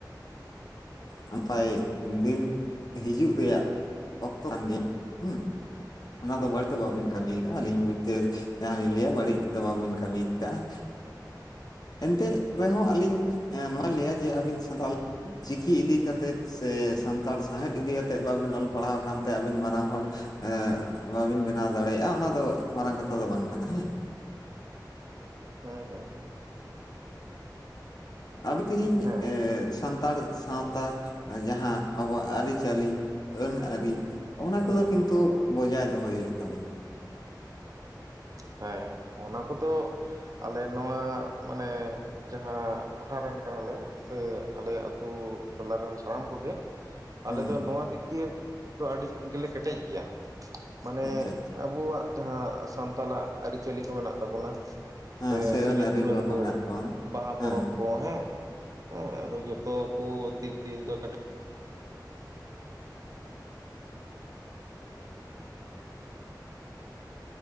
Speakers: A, on the left; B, on the right.
A: ᱱᱟᱯᱟᱭ ᱫᱤᱱ ᱦᱤᱡᱩᱜ ᱨᱮᱭᱟᱜ ᱚᱠᱛᱚ ᱠᱟᱱ ᱜᱮᱭᱟ ᱦᱩᱸ ᱾ ᱚᱱᱟ
B: ᱦᱩᱸ
A: ᱫᱚ ᱵᱟᱹᱲᱤᱡ ᱫᱚ ᱵᱟᱹᱵᱤᱱ
B: ᱦᱩᱸ
A: ᱠᱟᱹᱢᱤᱣ ᱠᱟᱜᱼᱟ ᱟᱹᱞᱤᱧ ᱛᱮ ᱡᱟᱦᱟᱸ ᱞᱤᱧ ᱞᱟᱹᱭᱟ ᱵᱟᱹᱲᱤᱡ ᱫᱚ ᱵᱟᱵᱤᱱ ᱠᱟᱹᱢᱤ ᱠᱟᱜᱼᱟ ᱾ ᱮᱱᱛᱮᱜ ᱨᱮᱦᱚᱸ ᱟᱞᱤᱧ ᱮ ᱱᱚᱣᱟᱧ ᱞᱟᱹᱭᱟ ᱡᱮ ᱟᱵᱤᱱ ᱥᱟᱱᱛᱟᱞ ᱪᱤᱠᱤ ᱤᱫᱤ ᱠᱟᱛᱮᱫ ᱥᱮ ᱥᱟᱱᱛᱟᱲ ᱥᱟᱶᱦᱮᱫ ᱤᱫᱤ ᱠᱟᱛᱮᱫ ᱵᱟᱵᱤᱱ ᱚᱞ ᱯᱟᱲᱦᱟᱣ ᱠᱟᱱᱛᱮ ᱟᱹᱵᱤᱱ ᱢᱟᱨᱟᱝ ᱦᱚᱲ ᱮ ᱵᱟᱵᱤᱱ ᱵᱮᱱᱟᱣ ᱫᱟᱲᱮᱭᱟᱜᱼᱟ ᱚᱱᱟ ᱫᱚ ᱢᱟᱨᱟᱝ ᱠᱟᱛᱷᱟ ᱫᱚ ᱵᱟᱝ ᱠᱟᱱᱟ ᱦᱮᱸ ᱾
B: ᱦᱮᱸ ᱦᱮᱸ ᱦᱮᱸ ᱾
A: ᱟᱵᱤ ᱛᱤᱦᱤᱧ
B: ᱦᱮᱸ
A: ᱮ ᱥᱟᱱᱛᱟᱲ ᱥᱟᱶ ᱛᱟ ᱡᱟᱦᱟᱸ ᱟᱵᱚᱣᱟᱜ ᱟᱹᱨᱤᱪᱟᱹᱞᱤ ᱟᱹᱱ ᱟᱹᱨᱤ ᱚᱱᱟ
B: ᱦᱩᱸ
A: ᱠᱚᱫᱚ ᱠᱤᱱᱛᱩ ᱵᱚᱡᱟᱭ ᱫᱚᱦᱚᱭ ᱦᱩᱭᱩᱜ ᱛᱟᱵᱤᱱᱟ ᱾
B: ᱦᱮᱸ ᱚᱱᱟ ᱠᱚᱫᱚ ᱟᱞᱮ ᱱᱚᱣᱟ ᱢᱟᱱᱮ ᱡᱟᱦᱟᱸ ᱴᱚᱴᱷᱟ ᱨᱮᱱ ᱠᱟᱱᱟᱞᱮ ᱥᱮ ᱟᱞᱮᱣᱟᱜ ᱟᱹᱛᱩ ᱴᱚᱞᱟ ᱨᱮᱱ ᱥᱟᱱᱟᱢ ᱠᱚ ᱜᱮ ᱟᱞᱮ
A: ᱦᱮᱸ
B: ᱫᱚ
A: ᱦᱮᱸ
B: ᱱᱩᱣᱟ ᱫᱤᱠ ᱫᱤᱭᱮ ᱫᱚ ᱟᱹᱰᱤ ᱜᱮᱞᱮ ᱠᱮᱴᱮᱡ ᱜᱮᱭᱟ, ᱢᱟᱱᱮ
A: ᱟᱪᱪᱷᱟ ᱟᱪᱪᱷᱟ
B: ᱟᱵᱩᱣᱟᱜ ᱡᱟᱦᱟᱸ ᱥᱟᱱᱛᱟᱞᱟᱜ ᱟᱹᱨᱤᱪᱟᱹᱞᱤ ᱠᱚ ᱢᱮᱱᱟᱜ ᱛᱟᱵᱩᱱᱟ ᱾
A: ᱦᱮᱸ
B: ᱥᱮ ᱥᱮᱨᱮᱧ
A: ᱟᱹᱱ ᱟᱹᱨᱤ
B: ᱫᱩᱨᱟᱹᱝ ᱠᱩ
A: ᱢᱮᱱᱟᱜ ᱛᱟᱵᱚᱱᱟ
B: ᱵᱟᱦᱟ ᱯᱚᱨᱚᱵᱽ
A: ᱦᱮᱸ
B: ᱠᱚ ᱦᱮᱸ ᱾ ᱦᱮᱸ ᱟᱫᱚ ᱡᱚᱛᱚ ᱠᱩ ᱫᱤᱠ ᱫᱤᱭᱮ ᱫᱚ ᱠᱟᱹᱴᱤᱡ